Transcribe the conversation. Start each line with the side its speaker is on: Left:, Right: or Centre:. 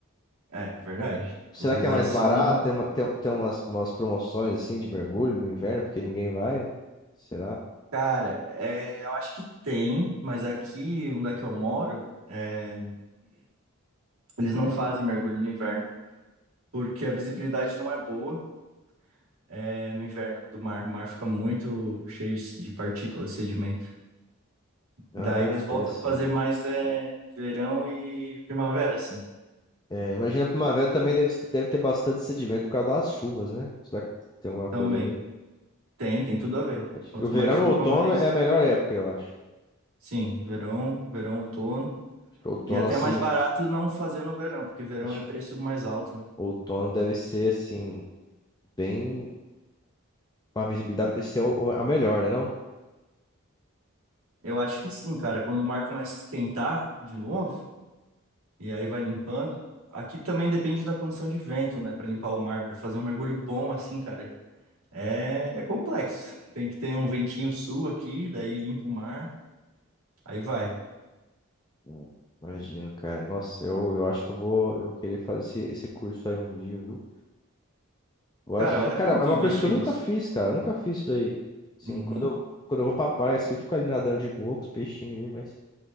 Right: É, verdade.
Left: Será
Right: Os lugares
Left: que é mais
Right: são.
Left: barato? Tem, uma, tem, tem umas, umas promoções assim de mergulho no inverno, porque ninguém vai, né? Será?
Right: Cara, é, eu acho que tem, mas aqui, onde é que eu moro, é, eles não fazem mergulho no inverno, porque a visibilidade não é boa, é, no inverno do mar. O mar fica muito cheio de de partícula, de sedimento.
Left: Ah,
Right: Daí eles
Left: interessante.
Right: voltam a fazer mais é, verão e primavera, assim.
Left: É, imagina a primavera também deve, deve ter bastante sedimento por causa das chuvas, né? Será que tem alguma
Right: Também.
Left: coisa a ver?
Right: Tem, tem tudo a ver.
Left: Pode
Right: Quanto
Left: crer. O verão
Right: mais chuva,
Left: e o outono
Right: mais.
Left: é a melhor época, eu acho.
Right: Sim, verão, verão, outono.
Left: Acho que outono,
Right: E até
Left: assim,
Right: é mais barato não fazer no verão, porque verão
Left: acho
Right: é
Left: que
Right: preço mais alto, né?
Left: outono deve ser, assim, bem. A visibilidade deve ser o- a melhor, né, não?
Right: Eu acho que sim, cara. Quando o mar começa a esquentar de novo, e aí vai limpando. Aqui também depende da condição de vento, né? Pra limpar o mar, pra fazer um mergulho bom assim, cara. É, é complexo. Tem que ter um ventinho sul aqui, daí limpa o mar, aí vai.
Left: Hum, Imagino, cara. Nossa, eu, eu acho que eu vou, eu vou querer fazer esse, esse curso aí um dia, viu? Eu
Right: Cara,
Left: acho
Right: vale
Left: que, cara,
Right: a pena
Left: é uma
Right: tu investir
Left: coisa que eu nunca
Right: nisso.
Left: fiz, cara. Eu nunca fiz isso daí. Assim,
Right: Uhum.
Left: quando eu, quando eu vou pra praia, assim, eu fico ali nadando de boa com os peixinhos ali, mas